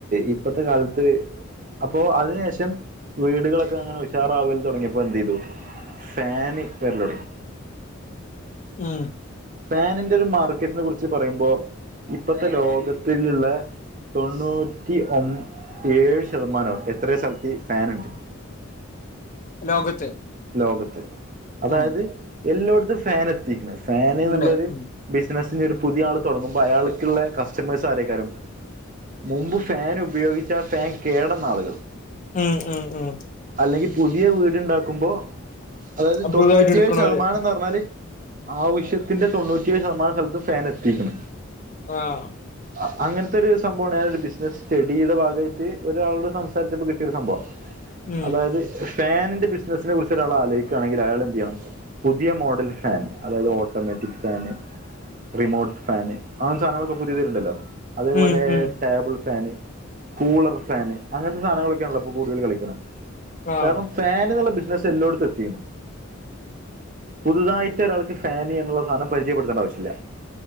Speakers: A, on the right; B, on the left.
A: ഇപ്പത്തെ കാലത്ത് അപ്പൊ അതിന് ശേഷം വീടുകളൊക്കെ അങ്ങനെ ഉഷാറാവൽ തുടങ്ങിയപ്പോ എന്ത് ചെയ്തു ഫാന് വെരലൊടങ്ങി.
B: ഉം
A: ഫാനിന്റെ ഒരു മാർക്കറ്റിനെ കുറിച്ച് പറയുമ്പോ ഇപ്പത്തെ ലോകത്തില്ള്ളെ തൊണ്ണൂറ്റി ഒമ് ഏഴ് ശതമാനോ എത്രയൊ സ്ഥലത്ത് ഈ ഫാന്ണ്ട്.
B: ലോകത്ത്
A: ലോകത്ത്, അതായത്
B: ഉം
A: എല്ലോട്ത്തും ഫാൻ എത്തീക്ക്ണ്. ഫാന് ന്നുള്ളൊര്
B: ഉണ്ട് ഉം
A: ബിസിനസ്സ് ഇഞ്ഞ് ഒരു പുതിയ ആൾ തുടങ്ങുമ്പോ അയാൾക്ക്ള്ളെ കസ്റ്റമേഴ്സും ആരേക്കാരം മുമ്പ് ഫാൻ ഉപയോഗിച്ച ആ ഫാൻ കേടന്നാളുകൾ
B: ഉം ഉം ഉം
A: അല്ലെങ്കി പുതിയ വീട്ണ്ടാക്കുമ്പോ അതായത് തൊണ്ണൂറ്റിയേഴ്
B: പുതുതായിട്ട് എടുക്കണോര്
A: ശതമാനംന്ന് പർഞ്ഞാല് ആവശ്യത്തിന്റെ തൊണ്ണൂറ്റിയേഴ് ശതമാന സ്ഥലത്തും ഫാൻ എത്തീക്ണ്.
B: ആഹ്.
A: അ അങ്ങനത്തെ ഒരു സംഭവാണ് ഞാനൊരു ബിസിനസ്സ് സ്റ്റഡിയുടെ ഭാഗായിട്ട് ഒരാളോട് സംസാരിച്ചപ്പോ കിട്ടിയൊരു സംഭവാ.
B: ഉം
A: അതായത് ഫാനിന്റെ ബിസിനസ്സിനെ കുറിച്ച് ഒരാൾ ആലോയിക്കാണെങ്കിൽ അയാൾ എന്തെയ്യണം. പുതിയ മോഡൽ ഫാന് അതായത് ഓട്ടോമാറ്റിക് ഫാന് റിമോട്ട് ഫാന് അങ്ങൻത്ത സാധനങ്ങളൊക്കെ പുത്യേത് വര്ണ്ടല്ലോ. അതേപോലെ
B: ഉം ഉം
A: ടേബിൾ ഫാന് കൂളർ ഫാന് അങ്ങനത്തെ സാനങ്ങളൊക്കേണല്ലോ ഇപ്പൊ കൂടുതൽ കളിക്ക്ണെ.
B: ആഹ്
A: കാരണം ഫാന് ന്ന്ളള ബിസ് നസ് എല്ലോട്ത്തു എത്തീണ്. പുതുതായിട്ട് ഒരാൾക്ക് ഫാന് എന്നുള്ള സാനം പരിചയപ്പെടുത്തണ്ട ആവശ്യല്ല.